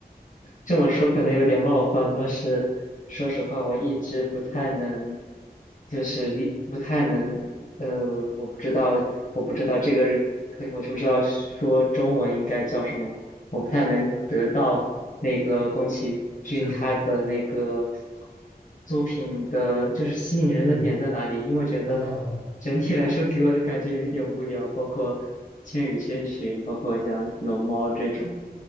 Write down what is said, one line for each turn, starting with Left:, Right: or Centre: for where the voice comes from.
Left: 这么说可能有点冒犯，但是说实话，我一直不太能，就是理不太能，呃，我不知道，我不知道这个，可我就不知道说中文应该叫什么，我不太能得到那个宫崎骏他的那个
Right: 就是
Left: 作品的，就是吸引人的点在哪里，
Right: 嗯
Left: 因为觉得
Right: 哦
Left: 整体来说给我的感觉有一点无聊，包括《千与千寻》，包括像《龙猫》这种。